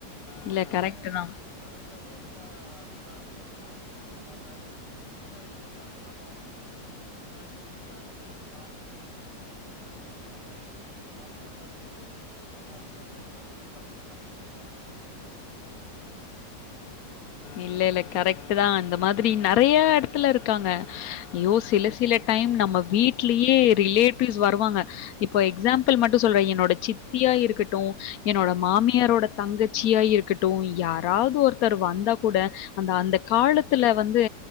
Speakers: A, on the left (about 65°); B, on the right (about 70°).
A: இல்ல
B: சோ
A: கரெக்ட் தான்.
B: படத்துல மோஸ்ட் க்டா அப்டிதா இருக்கும் படத்துலேருந்து பாத்தாக்கா சின்ன வயசுல நம படத்துலாம் பா போ என்னடா இப்டி இருக்காங் ஏனு பாத்து நம்ம இது பண்ணுவோ பட் இப்ப பெருசாயி வளந்தோனதா தெரியுது ஓகே இது மார்லா இருக்காங்க படத்துல கேரக்ட்டர் அதுலா உண்மதா
A: இல்ல இல்ல கரெக்ட்டு தா அந்த மாதிரி நெறையா எடத்துல இருக் க்காங்க ஐயோ சில
B: ம்.
A: சில டைம் நம்ம வீட்லயே ரிலேட்டிவ்ஸ் வருவாங்க இப்ப எக்ஸாம்பிள் மட்டு சொல்றே என்னோட சித்தியா இருக்கட்டு என்னோட மாமியாரோட தங்கச் ச்சியா இருக்கட்டு யாராவ்து ஒருத்தர் வந்தா கூட அந்த அந்த காலத்துல வந்து